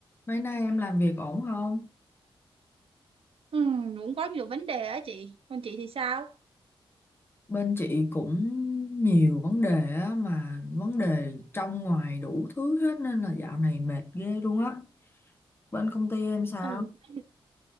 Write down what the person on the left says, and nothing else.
Mấy nay em làm việc ổn không?
Bên chị cũng nhiều vấn đề á, mà vấn đề trong ngoài đủ thứ hết nên là dạo này mệt ghê luôn á. Bên công ty em sao?